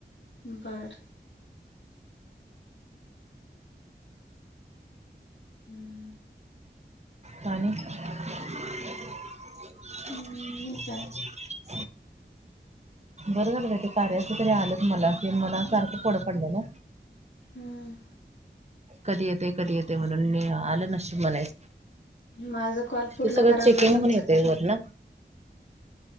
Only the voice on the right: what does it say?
पाणी <unintelligible>
<inaudible>
बरं झालं ते कार्याच तरी आलेत मला कि मला सारखं कोड पडलेलं.
कधी येताय कधी येताय म्हणून मी आलं नशीबात
ते सगळं
चेकिंग
होऊन येतय
वरन.